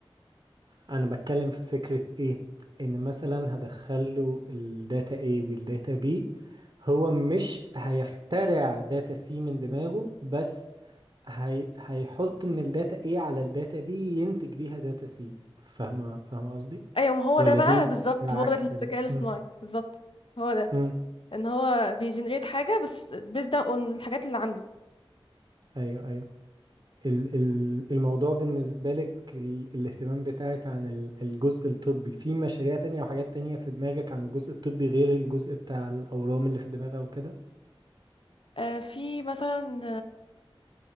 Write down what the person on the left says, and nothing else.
ايوه ما هو
ده بقى
بالظبط
هو ده الذكاء
الاصطناعي
بالظبط هو ده
ان هو بيجنريت حاجة بس بيزد اون الحاجات اللي عنده
آه، في مثلا